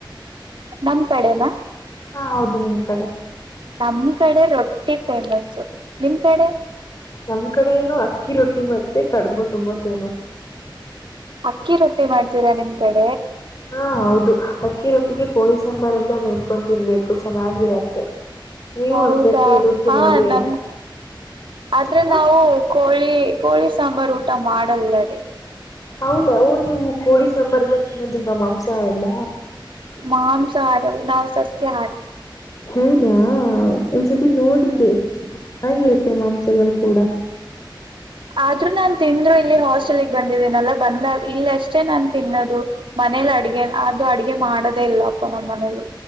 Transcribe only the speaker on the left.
ಹಾ ಹೌದು ನಿಮ್ ಕಡೆ
ನಮ್ ಕಡೆನು ಅಕ್ಕಿ ರೊಟ್ಟಿ ಮತ್ತೆ ಕಡುಬು ತುಂಬಾ ಫೇಮಸ್
ಹಾ ಹೌದು ಅಕ್ಕಿ ರೊಟ್ಟಿ ಹೀಗೆ ಕೋಳಿ ಸಾಂಬಾರಲ್ಲ ನೆಂಚ್ಕೊಂಡು ತಿನ್ಬೇಕು ಚೆನ್ನಾಗಿರತ್ತೆ ನೀವು
ಒಂದ್ಸತಿ ರುಚಿ
ನೋಡಿ ಆಯ್ತಾ
ಹ
ಹೌದ ನೀವು ಕೋಳಿ ಸಾಂಬಾರ ಮ ತ ನಿಮ್ಮ ಮಾಂಸಾಹ ಅಲ್ಲ
ಹೌದಾ ಒಂದ್ಸತಿ ನೋಡ
ಚೆನ್ನಾಗಿರುತ್ತೆ ಮಾಂಸಗಳು ಕೂಡ